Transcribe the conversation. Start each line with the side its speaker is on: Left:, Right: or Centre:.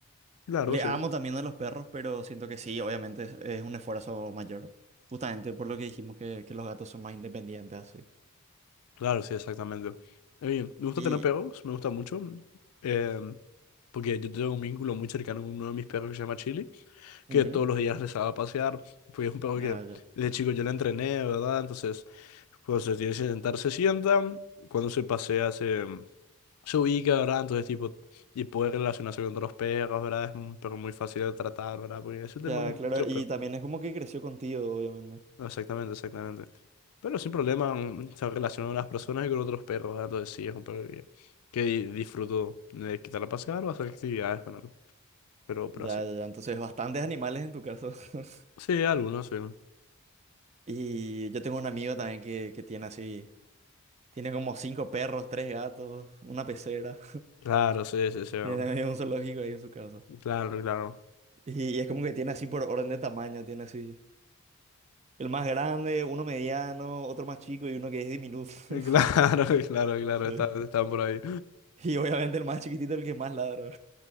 Left: Claro,
Right: Le
Left: sí.
Right: amo también a los perros, pero siento que sí, obviamente es, es un esfuerzo mayor. Justamente por lo que dijimos que, que los gatos son más independientes así.
Left: Claro, sí, exactamente. Oye, me gusta
Right: Y...
Left: tener perros, me gusta mucho. eh, porque yo tengo un vínculo muy cercano con uno de mis perros que se llama Chili,
Right: ujú,
Left: que todos los días les hago a pasear, porque es un perro que
Right: ah, ya.
Left: desde chico yo le entrené, ¿verdad? Entonces, cuando se tiene que sentar, se sienta, cuando se pasea, se, em, se ubica, ¿verdad? Entonces, tipo, y puede relacionarse con otros perros, ¿verdad? Es un perro muy fácil de tratar, ¿verdad? Porque es un tema
Right: Ya,
Left: con
Right: claro.
Left: muchos
Right: Y
Left: perros.
Right: también es como que creció contigo, obviamente.
Left: Exactamente, exactamente. Pero sin problema mm, se relacionan las personas y con otros perros, ¿verdad? Entonces sí, es un perro que, que di- disfruto de quitar a pasear o hacer actividades con él. Pero, pero
Right: Ya,
Left: así.
Right: ya, ya. Entonces, bastantes animales en tu caso. <laughs>
Left: Sí, algunos, sí.
Right: Y yo tengo un amigo también que, que tiene así... Tiene como cinco perros, tres gatos, una pecera.
Left: Claro, sí, sí, sí. ah,
Right: Tiene ahí un zoológico ahí en su casa.
Left: Claro, claro.
Right: Y, y es como que tiene así por orden de tamaño, tiene así el más grande, uno mediano, otro más chico y uno que es diminuto.
Left: <laughs>
Right: <laughs>
Left: Claro, claro, claro,
Right: Sí.
Left: están, están por ahí.
Right: Y obviamente el más chiquitito, el que más ladra.